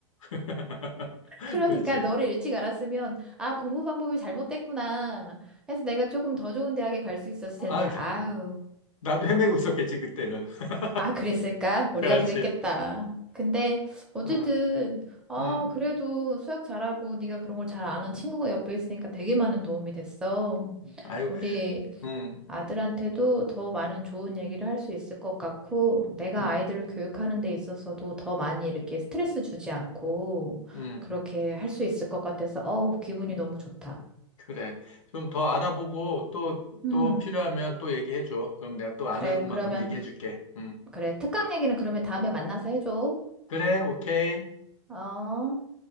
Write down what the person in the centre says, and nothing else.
그러니까
너를 일찍 알았으면 아 공부 방법이 잘못됐구나 해서 내가 조금 더 좋은 대학에 갈 수 있었을 텐데
아유
아 그랬을까 우리가
그랬겠다 근데 어쨌든
아
그래도 수학 잘하고 네가 그런 걸 잘 아는 친구가 옆에 있으니까 되게 많은 도움이 됐어
우리
아들한테도 더 많은 좋은 얘기를 할 수 있을 것 같고 내가
아이들을 교육하는 데 있어서도 더 많이 이렇게 스트레스 주지 않고
그렇게 할 수 있을 것 같아서 어우 기분이 너무 좋다.
음,
그래.
그러면,
그래. 특강 얘기는 그러면 다음에 만나서 해줘.
어.